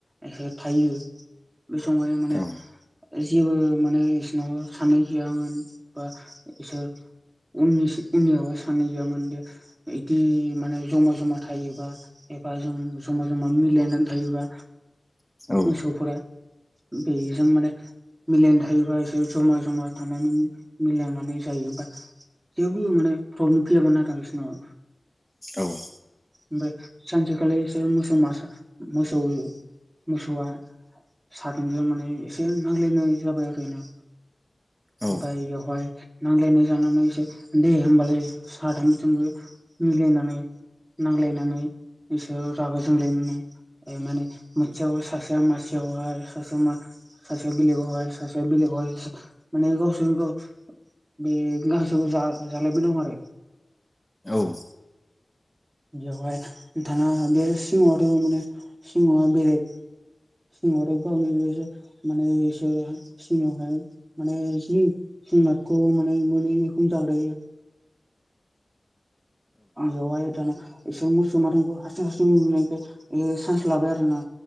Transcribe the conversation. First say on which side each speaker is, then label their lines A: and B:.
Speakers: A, on the right; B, on the left.
A: एसे थायो बे समावहाय माने
B: औ
A: जेबो माने बिसोरनाव सान्नाय गैयामोन बा बिसोर उननि उनियावाब सानै गैयामोन दे इदि माने जमा जमा थायोबा एबा जों जमा जमा मिलायनानै थायोबा
B: औ औ
A: मोसौफोरा बेजों माने मिलायनानै थायोबा एसे जमा जमा थांनानै मिलायनानै जायोबा जेबो माने प्रब्लेम फैयामोन आरो बिसिनाव।
B: औ
A: ओमफाय सानसेखालि मोसौ मासा मोसौ मोसौआ साथामजों माने एसे नांज्लायनाय जाबाय आरोना
B: <inaudible>
A: ओमफ्राय बेवहाय नांजलायनाय जानानै दे होमबालाय साथामजोंबो मिलायनानै नांज्लायनानै इसोर रागा जोंलायनो माने मोनसे सासेया मसेयावहाय सासे सासेया बेलेगावहाय सासेया बेलेगावहाय माने गसोरजों गाव बे गांसो जालायबाय दं आरो।
B: औ।
A: बेयावहाय नोंथांआ बे सिंह माने सिंह बेरेग सिंहआथ' गावनि मान सि माने जि जुनारखौ माने मोनै एखनो जाग्रोयो। बेवहाय दाना एसे मोसौ माथोमखौ हारसिं हारसिं नुनायखाय एयो सान्स लाबाय आरो ना?